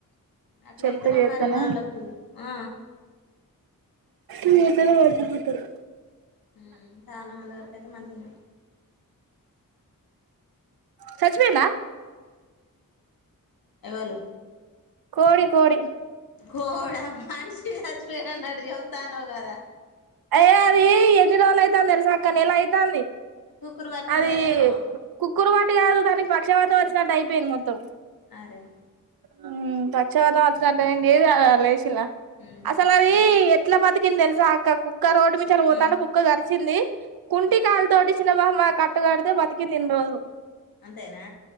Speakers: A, on the left; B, on the right.
A: అట్లయితేనే
B: చెప్తే చేత్తనే
A: మరి వాళ్ళకు ఆ
B: ఈ ఎండల మంచి గా చూస్తరు
A: హు చానా మంది వరకు అయితే మంచిగనే
B: చచ్చిపోయిండా
A: ఎవలు
B: కోడి కోడి
A: కోడి హ మనిషి చచ్చిపోయిననలట్టు చెప్తానవ్ కదా
B: అయ్యో అది ఎన్ని రోజులు అయితాంది తెలుసా అక్క నెల అయితాంది
A: కుక్కురు పట్టి
B: అది
A: ఉన్నదేమో
B: కుక్కురు బట్టి కాదు దానికి పా పక్షవాతం వచ్చినట్టు అయిపోయింది మొత్తం
A: అరే
B: హుమ్ పక్షవాతం వచ్చినట్టు అయ్యింది ఏది అల్లేసిల్లా
A: ఉమ్
B: అసలు అది
A: స
B: ఎట్లా బతికిం కింది తెలుసా అక్క కు కుక్క రోడ్డు మించిపోతాంట
A: ఉమ్
B: కుక్క కరిసి వచ్చింది కుంటి కాలు తోటి చిన్న బామ్మ కట్టు కడితే బతికింది ఇన్ని రోజులు
A: అంతేనా